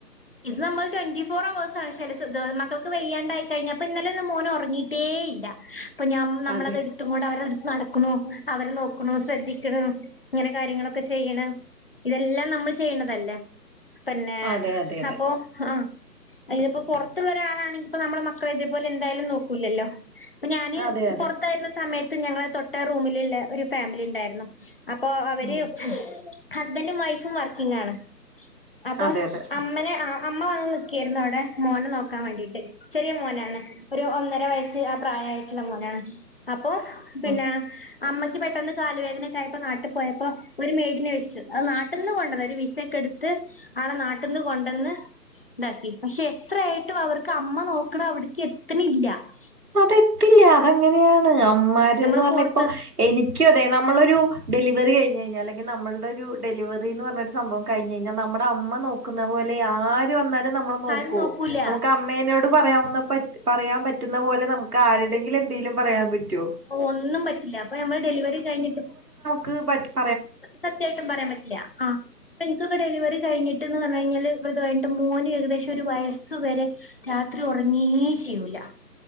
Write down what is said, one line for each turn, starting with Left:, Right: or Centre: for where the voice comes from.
Left: ഇത് നമ്മൾ ട്വന്റി ഫോർ അവേഴ്‌സ് ആണ് മക്കൾക്ക് വെയ്യാണ്ടായിക്കഴിഞാപ്പ ഇന്നലെ അപ്പൊ മോന ഉറങ്ങിയിട്ടേ ഇല്ല അപ്പൊ ഞ നമ്മളത്ടുത്ത്
Right: അതെ
Left: കൊണ്ട് അവര അടുത്ത് നടക്ക ന <unintelligible> അവരെ നോക്ക്ണു ശ്രദ്ധിക്ക്ണ് ഇങ്ങനെ കാര്യങ്ങളൊക്കെ ചെയ്യിണ് ഇതെല്ലാം നമ്മൾ ചെയ്യിണണതല്ലേ പിന്നെ
Right: അതെ അതെ അതെ
Left: അപ്പൊ ആഹ ഇതിപ്പോ പുറത്തുള്ള ഒരാളാണെങ്കി ഇപ്പ നമ്മള മക്കളെ ഇതേപലെ എന്തായാലും നോക്കൂല്ലല്ലോ ഞാന്
Right: അതെ അതെ
Left: പുറത്തായിരുന്ന <unintelligible> ആ സമയത്ത് ഞങ്ങളെ തൊട്ട റൂമിലുള്ള ഒരു ഫാമിലി ഉണ്ടായിരുന്നു അപ്പൊ അവര്
Right: ഉം
Left: ഹസ്ബൻഡും വൈ <unintelligible> <inaudible> വർക്കിങ്ങാണ് അപ്പൊ
Right: അതെ
Left: <unintelligible>
Right: അതെ
Left: അ അമ്മ വന്ന് നിക്കായിരുന്നു അവിടെ മോനെ നോക്കാൻ വേണ്ടിട്ട് ശരി <unintelligible> മോനാണ് ഒരുഒന്നര വയസ്സ് ആ പ്രായ <unintelligible> ഇല്ല മോനെ അപ്പൊ പിന്നെ
Right: ഉം
Left: <unintelligible> അമ്മക്ക് പെട്ടെന്ന് കാല് വേദനക്കെ ആയപ്പോ നാട്ടിൽ പോയപ്പോൊ ഒരു മേടിനെ വെച്ചു അത് നാട്ടിൽ നിന്ന് കൊണ്ടന്ന ഒരു വിസയൊക്കെ എടുത്ത് ആളെ നാട്ടിൽ നിന്ന് കൊ <unintelligible> അവിടെന്ന് ഇതാക്കി പക്ഷെ എത്രയായിട്ടും അവർക്ക് അമ്മ നോക്ക്ണ അവിടക്ക് എത്ത്ണ്ല്ല <inaudible>
Right: അതെത്തില്ല അതെങ്ങനെയാണ് അമ്മാര്ന്ന്
Left: നമ്മള്
Right: പറഞ്ഞ
Left: പുറത്ത്
Right: ഇപ്പൊ എനിക്ക അതെ നമ്മളൊരു ഡെലിവറി കഴിഞ്ഞഞ് കഴിഞ്ഞാൽ അല്ലെങ്കിൽ നമ്മളുടെ ഒരു ഡെലിവറി എന്ന് പറെഞ്ഞാരു സംഭവം കഴിഞ് കഴിഞ്ഞാൽ നമ്മടെ അമ്മ നോക്കുന്ന പോലെ ആരു വന്നാലും- നമ്മൾ നോക്കോ
Left: ആരും നോക്കൂല
Right: നമുക്ക് അമ്മേനോട് പറയാവുന്ന- <inaudible> <inaudible> പറയാൻ പറ്റു <unintelligible> പോലെ നമുക്ക് ആരുടെങ്കിലും എന്തെങ്കിലും പറയാൻ പറ്റോ <inaudible>
Left: ഓ ഒന്നും പറ്റില്ല അപ്പൊ ഞമ്മൾ ഡെലിവറി കഴിഞ്ഞിട്ട്-
Right: ക്ക് പടി -
Left: സത്യമായിട്ടും പറയാൻ പറ്റില്ല ആ ഇപ്പൊ എനിക്കൊക്കെ ഡെലിവറി കഴിഞ്ഞിട്ട്ന്ന് പറഞ്ഞ കഴിഞ്ഞാല്- ഇത് കഴിഞിട്ട് മോന് ഏകദേശം ഒരു വയസ്സ് വരെ രാത്രി ഉറെങ്ങ ചെയ്യൂല